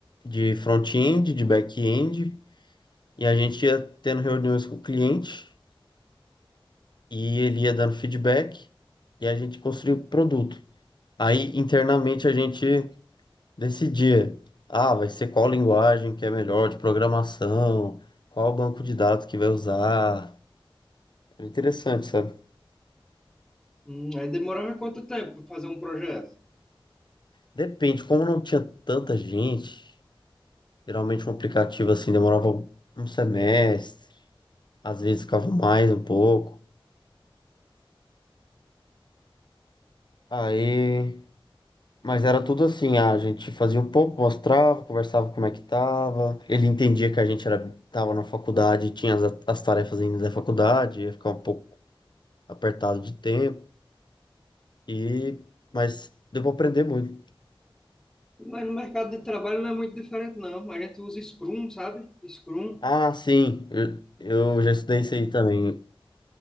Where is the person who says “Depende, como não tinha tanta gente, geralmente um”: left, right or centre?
Left